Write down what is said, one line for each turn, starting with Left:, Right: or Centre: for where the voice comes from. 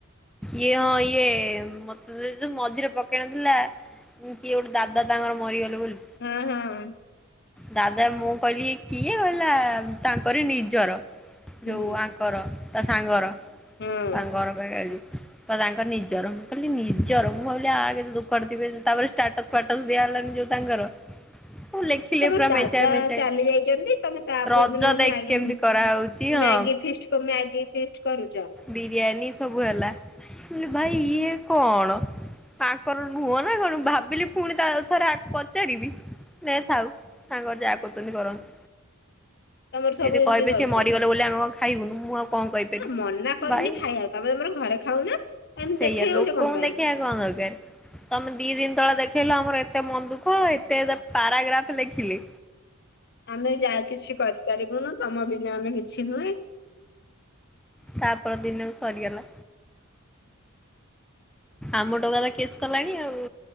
Centre: ଇଏ ହଁ ଇଏ ମତେ ସେ ଯୋଉ ମଝିରେ ପକେଇ ନଥିଲା କିଏ ଗୋଟେ ଦାଦା ତାଙ୍କର ମରିଗଲେ। ବୋଲି
Left: ହଁ ହଁ।
Centre: ଦାଦା ମୁଁ କହିଲି କିଏ ଗଲା ତାଙ୍କରି ନିଜର।
Left: ହୁଁ
Centre: ଯୋଉ ଆଙ୍କର। ତା ସାଙ୍ଗର।
Left: ହଁ
Centre: ତାଙ୍କ ଘର ପାଖରେ ଯୋଉ। ତ ତାଙ୍କର ନିଜ ର କିଲି ନିଜର ମୁ ଭାବିଲି ଆଗ ଦୁଖରେ ଥିବେ ତାପରେ ଷ୍ଟାଟସ ଫାଟସ ଦିଆ ହେଲାନି ଯୋଉ ତାଙ୍କର ମୁଁ ଲେଖିଲେ
Left: ତମର
Centre: ପୁରା
Left: ଦାଦା
Centre: ମେଞ୍ଚାଏ ମେଞ୍ଚାଏ
Left: ଚାଲି ଯାଇଛନ୍ତି ତମେ ତା ପର
Centre: ରଜ
Left: ଦିନ
Centre: ଦେଖ
Left: ମ୍ୟାଗି
Centre: କେମିତି
Left: ମ୍ୟାଗି
Centre: କରାହଉଛି ହଁ
Left: ଫିଷ୍ଟ ମ୍ୟାଗି ଫିଷ୍ଟ କରୁଛ
Centre: ବିରିୟାନୀ ସବୁ ହେଲା ଭାଇ ଇଏ କଣ ତାଙ୍କର ନୁହଁ ନା କଣ ଭାବିଲି ପୁଣି ତା ଥରେ ପଚାରିବି ନାଇ ଥାଉ ତାଙ୍କର ଯାହା କରୁଛନ୍ତି କରନ୍ତୁ।
Left: ତମର ସବୁ
Centre: ଯଦି
Left: ଏମିତି
Centre: କହିବେ
Left: କରୁଛନ୍ତି
Centre: ସିଏ ମରିଗଲ ବୋଲି ଆମେ କଣ ଖାଇବୁନୁ? ମୁଁ କଣ କହିପାରିବି?
Left: ଆ ମନା କରୁନି
Centre: ଭାଇ
Left: ଖାଇବାକୁ ତମେ ତମର ଘରେ ଖାଉନା ଏମିତି
Centre: ସେଇଆ
Left: ଦେଖେଇ ଯାଉଛ
Centre: ଲୋକଙ୍କୁ
Left: କଣ ପାଇଁ
Centre: ଦେଖେଇବା କଣ ଦରକାର ତମେ ଦି ଦିନ ତଳେ ଦେଖେଇଲ ଆମର ଏ ଏତେ ମନ ଦୁଃଖ ଏତେ ପାରାଗ୍ରାଫ୍ ଲେଖିଲେ
Left: ଆମେ ଯାହା କିଛି କରିପାରିବୁନୁ ତମ ବିନା ଆମେ କିଛି ନୁହେଁ
Centre: ତା ପର ଦିନକୁ ସରିଗଲା। ଆମ ଟୋକା ତ କେସ୍ କଲାଣି ଆଉ।